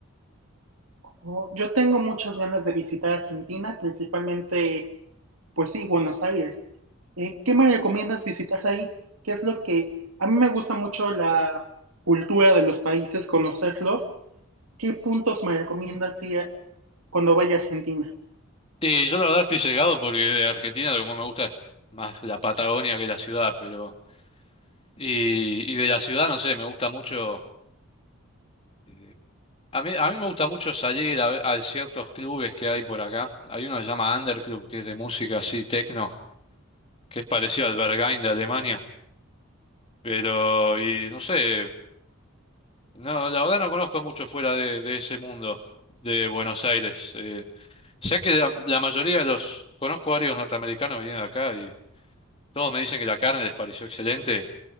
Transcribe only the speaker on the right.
Oh, Yo tengo muchas ganas de visitar Argentina, principalmente, pues sí, Buenos Aires. Eh, ¿qué me recomiendas visitar ahí? ¿Qué es lo que... A mí me gusta mucho la cultura de los países, conocerlos. ¿Qué puntos me recomiendas ir cuando vaya a Argentina?